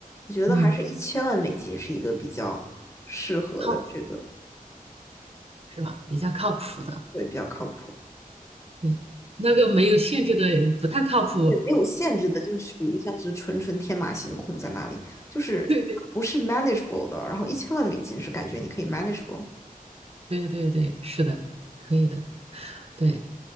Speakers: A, on the left; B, on the right.
A: 我觉得还是一千万美金是一个比较适合的，
B: 嗯，靠谱
A: 这个
B: 是吧？比较靠谱的，
A: 对比较靠谱。
B: 对，那个没有限制的不太靠谱。
A: 对，没有限制的，就属于像是纯纯天马行空在那里，就是不是
B: <laughs> 对对
A: manageable 的。然后一千万美金是感觉你可以 manageable。
B: 对对对，是的，可以的。对。